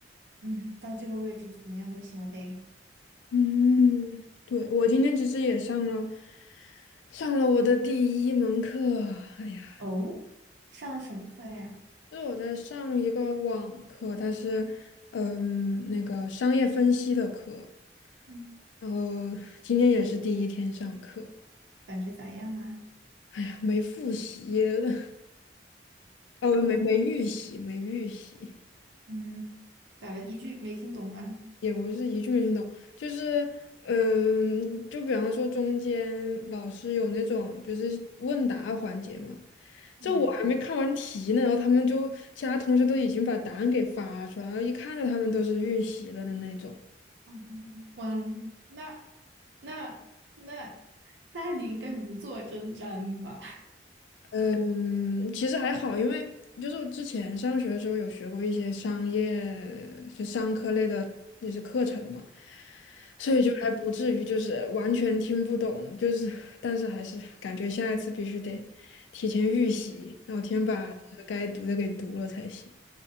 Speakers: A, on the right; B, on the left.
A: 嗯，到这个位置怎么样都行了呗。
B: 嗯，对，我今天其实也上了上了我的第一门课。哎呀，
A: 哦，上了什么课呀？
B: 就是我在上一个网课，它是嗯那个商业分析的课，
A: 嗯，
B: 然后今天也是第一天上课。
A: 感觉咋样啊？
B: 哎呀，没复习，<laughs> 哦，没没预习，没预习，
A: 嗯，咋了？一句没听懂啊？
B: 也不是一句没听懂，就是，嗯，就比方说中间老师有那种就是问答环节嘛，
A: 嗯，
B: 这我还没看完题呢，然后他们就其他同学都已经把答案给发出来，然后一看着他们都是预习了的那种。
A: <laughs> 我那那那，那你应该如坐针毡吧？
B: 嗯，其实还好，因为就是我之前上学的时候有学过一些商业，就商科类的，那些课程嘛。所以就还不至于就是完全听不懂，
A: <laughs>
B: 就是但是还是感觉下一次必须得提前预习，然后提前把呃该读的给读了才行。